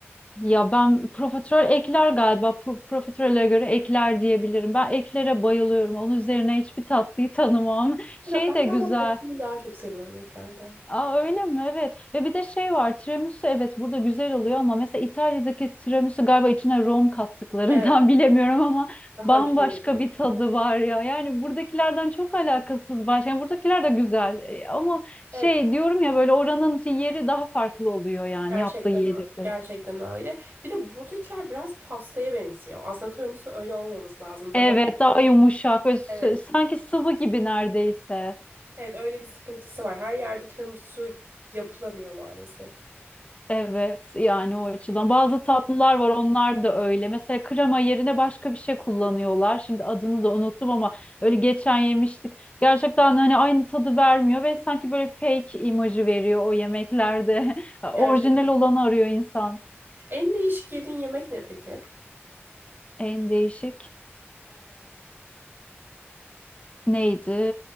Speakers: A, on the left (about 30°); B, on the right (about 50°).
A: ya ben profiterol ekler galiba Pro- profiterole göre ekler diyebilirim. Ben eklere bayılıyorum onun üzerine hiçbir tatlıyı tanımam. Şey
B: Ya ben
A: de
B: galiba
A: güzel.
B: profilini daha çok seviyorum eklerden.
A: Aa öyle mi? Evet. Ve bir de şey var. Tiramisu evet burada güzel oluyor ama mesela İtalya'daki tiramisu galiba içine rom kattıklarından
B: Evet,
A: <laughs> bilemiyorum ama
B: daha
A: bambaşka
B: acılı geliyor.
A: bir tadı var ya. Yani buradakilerden çok alakasız başka. Yani buradakiler de güzel E, ama
B: Evet,
A: şey diyorum ya böyle oranın şey- yeri daha farklı oluyor yani
B: Gerçekten
A: yaptığı yiyecekler.
B: öyle. Gerçekten öyle. Bir de buradakiler biraz pastaya benziyor. Aslında tiramisu öyle olmaması lazım. Daha
A: Evet daha yumuşak ve s-
B: Evet.
A: sanki sıvı gibi neredeyse.
B: Evet öyle bir sıkıntısı var. Her yerde tiramisu yapılamıyor maalesef.
A: Evet yani o açıdan. Bazı tatlılar var onlar da öyle. Mesela krema yerine başka bir şey kullanıyorlar. Şimdi adını da unuttum ama öyle geçen yemiştik. Gerçekten hani aynı tadı vermiyor ve sanki böyle fake imajı veriyor o yemeklerde. <laughs>
B: Gerçekten.
A: Orijinal olanı arıyor insan.
B: En değişik yediğin yemek ne peki?
A: En değişik. Neydi?